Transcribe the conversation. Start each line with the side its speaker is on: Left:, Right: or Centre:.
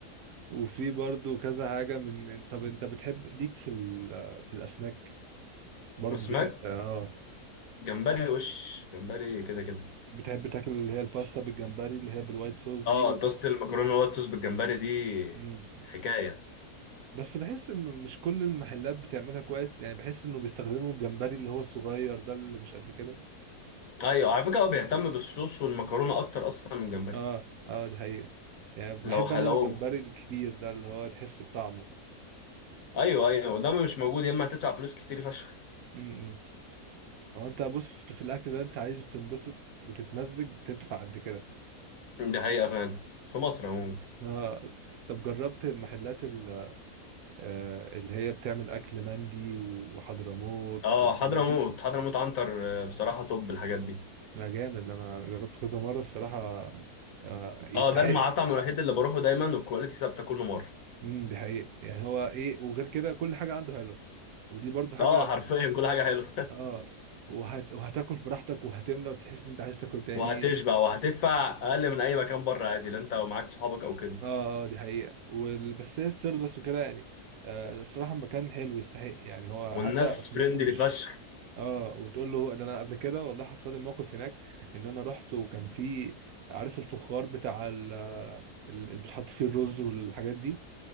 Right: وفي برضو كذا حاجة من طب انت بتحب ليك في ال... في الاسماك برضو
Left: فاسماك
Right: دي حتة اه
Left: جمبري وش جمبري كده كده
Right: بتحب تاكل اللي هي الباستا بالجمبري اللي هي بالوايت صوص دي
Left: اه
Right: والب...
Left: طاسه المكرونه الوايت صوص بالجمبري دي
Right: مم.
Left: حكايه
Right: بس بحس انه مش كل المحلات بتعملها كويس يعني بحس انه بيستخدموا الجمبري اللي هو الصغير ده اللي مش قد كده
Left: ايوه على فكره هو بيهتم بالصوص والمكرونه اكتر اصلا من الجمبري
Right: اه اه دي حقيقة يعني بحب
Left: لو حلو
Right: انا الجمبري الكبير ده اللي هو تحس بطعمه
Left: ايوه ايوه وده مش موجود يا اما هتدفع فلوس كتير فشخ
Right: امم هو انت بص في الاكل ده انت عايز تنبسط وتتمزج تدفع قد كده
Left: دي حقيقه فعلا في مصر عموما
Right: اه طب جربت محلات ال- آه، اللي هي بتعمل اكل مندي وحضرموت
Left: اه
Right: والحاجات
Left: حضرموت
Right: دي
Left: حضرموت عنتر آه، بصراحه توب الحاجات دي
Right: لا جامد انا جربته كذا مره الصراحه آه، يستحق
Left: اه ده المطعم الوحيد اللي بروحه دايما والكواليتي ثابته كل مره
Right: امم دي حقيقة يعني هو ايه وغير كده كل حاجه عنده حلوه ودي برضو حاجه
Left: اه حرفيا كل حاجه حلوه
Right: اه وهت... وهتاكل براحتك وهتملى وتحس ان انت عايز تاكل
Left: <laughs>
Right: تاني
Left: وهتشبع وهتدفع اقل من اي مكان بره عادي لا انت ومعاك صحابك او كده
Right: اه اه دي حقيقه وال... بس هي السيرفس وكده يعني آه الصراحه المكان حلو يستحق يعني هو
Left: والناس
Right: حتى
Left: فريندلي
Right: فلوسه مش
Left: فشخ
Right: اه وتقول له ده انا قبل كده والله حصل لي موقف هناك ان انا رحت وكان في عارف الفخار بتاع ال... ال- اللي بتحط فيه الرز والحاجات دي